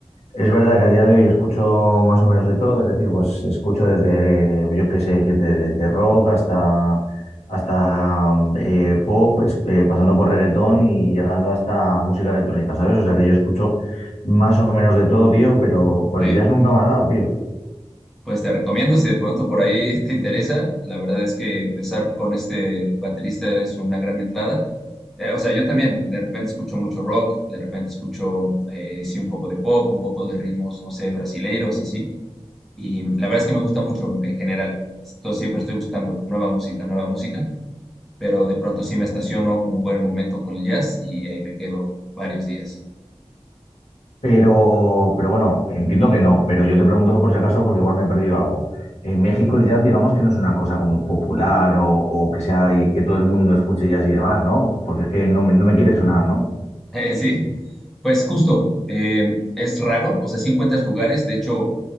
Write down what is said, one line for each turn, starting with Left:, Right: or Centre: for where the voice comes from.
Left: Es verdad que a día de hoy escucho más o menos de todo, es decir, pues escucho desde, yo qué sé decir, de- desde rock hasta, hasta eh, pop, es- eh, pasando por reggaetón y llegando hasta música electrónica, ¿sabes? O sea que yo escucho más o menos de todo, tío, pero por
Centre: Sí.
Left: el jazz nunca me ha dado, tío.
Centre: Pues te recomiendo, si de pronto por ahí <laughs> te interesa, la verdad es que empezar con este baterista es una gran entrada. Eh, o sea, yo también de repente escucho mucho rock, de repente escucho, eh, sí, un poco de pop, un poco de ritmos, no sé, brasileiros, así. Y la verdad es que me gusta mucho en general. Esto siempre estoy buscando nueva música, nueva música, pero de pronto sí me estaciono un buen momento con el jazz y ahí me quedo varios días.
Left: Pero, pero bueno, entiendo que no, pero yo te pregunto por si acaso porque igual me he perdido algo. En México el jazz, digamos que no es una cosa como popular o, o que sea que todo el mundo escuche jazz y demás, ¿no? Porque es que no, me- no me quiere sonar, ¿no?
Centre: Eh, sí, pues justo, eh, es raro, o sea, sí encuentras lugares, de hecho,